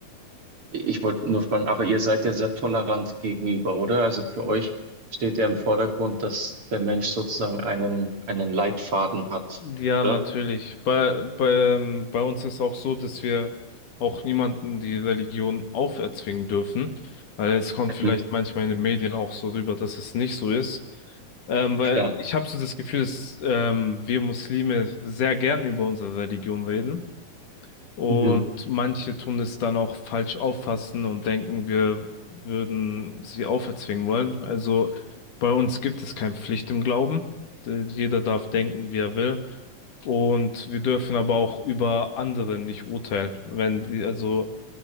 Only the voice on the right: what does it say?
ich wollte nur fragen, aber ihr seid ja sehr tolerant gegenüber, oder? Also für euch steht ja im Vordergrund, dass der Mensch sozusagen einen, einen Leitfaden hat,
oder?
Mhm,
klar.
Mhm,